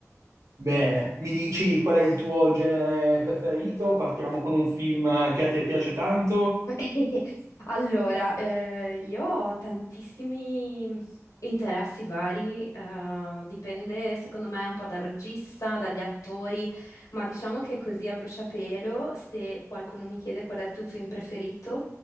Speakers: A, on the right; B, on the left.
A: Bene, mi dici qual è il tuo genere preferito? Partiamo con un film che a te piace tanto?
B: <laughs> Allora, eh, io ho tantissimi interessi vari, eh, dipende secondo me un po' dal regista, dagli attori, ma diciamo che così a bruciapelo, se qualcuno mi chiede qual è il tuo film preferito,